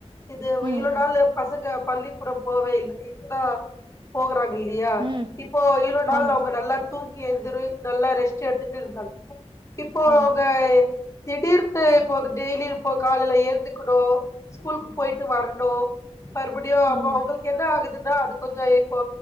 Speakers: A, on the left; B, on the right.
A: இது இவ்வளவு
B: ம்
A: நாள் பசங்க பள்ளிக்கூடம் போவே இல்ல இப்பதான போகுறாங்க இல்லையா
B: ம்
A: இப்போ இவ்ளவு நாள்
B: ஆமா
A: அவங்க நல்லா தூங்கி எந்திரி நல்லா ரெஸ்ட் எடுத்துட்டு இருந்தாங்க இப்போ
B: ஆமா
A: அவங்க திடீர்னு இப்போ டெய்லி இப்ப காலையில எந்துக்கணு ஸ்கூலுக்கு போய்ட்டு வரணு மறுபடியு அப்போ
B: ம்
A: அவங்களுக்கு என்ன ஆகுதுன்னா அது கொஞ்சோ இப்போ